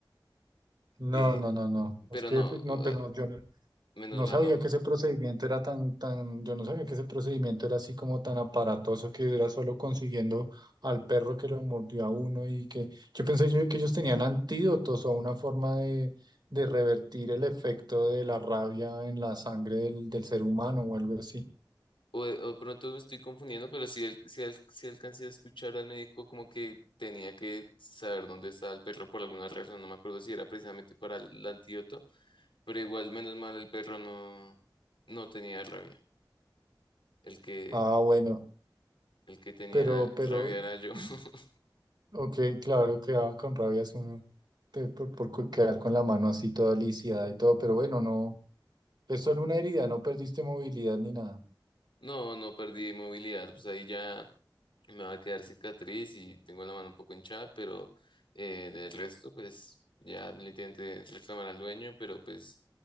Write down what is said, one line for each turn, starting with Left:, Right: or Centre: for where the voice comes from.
Right: no,
Left: Eh,
Right: no, no, no.
Left: pero
Right: Es que
Left: no,
Right: pues, no,
Left: ah,
Right: pero no, yo no.
Left: menos
Right: No
Left: mal
Right: sabía
Left: no.
Right: que ese procedimiento era tan, tan, yo no sabía que ese procedimiento era así como tan aparatoso que era solo consiguiendo al perro que lo mordió a uno y que yo pensé yo que ellos tenían antídotos o una forma de, de revertir el efecto de la rabia en la sangre del, del ser humano o algo así.
Left: O, eh, o pronto me estoy confundiendo, pero sí, al- sí, al- sí alcancé a escuchar al médico como que tenía que saber dónde estaba el perro por alguna razón, no me acuerdo si era precisamente para el antídoto, pero igual menos mal el perro no, no tenía rabia. El que,
Right: Ah, bueno,
Left: el que tenía
Right: pero, pero,
Left: rabia era yo. <laughs>
Right: y- ok, claro, quedaba con rabia es uno te- por, por cu- quedar con la mano así toda lisiada y todo, pero bueno, no, es solo una herida, no perdiste movilidad ni nada.
Left: No, no perdí movilidad, pues ahí ya me va a quedar cicatriz y tengo la mano un poco hinchada, pero eh, del resto, pues ya le intenté reclamar al dueño, pero pues